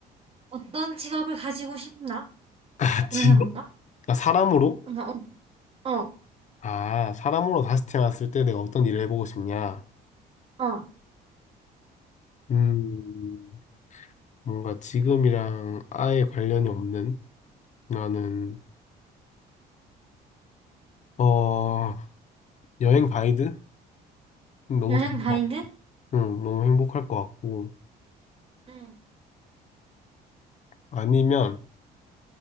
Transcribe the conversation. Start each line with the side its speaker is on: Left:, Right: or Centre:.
Right: 어떤 직업을 가지고 싶나?를
Left: <laughs> 아, 직업?
Right: 해볼까?
Left: 아, 사람으로?
Right: 그러니까 어, 어,
Left: 아, 사람으로 다시 태어났을 때 내가 어떤 일을 해보고 싶냐?
Right: 어.
Left: 음, 뭔가 지금이랑 아예 관련이 없는 나는, 어, 여행 가이드? 음, 너무
Right: 여행
Left: 좋을
Right: 가이드?
Left: 것 같고, 응, 너무 행복할 것 같고.
Right: 응.
Left: 아니면,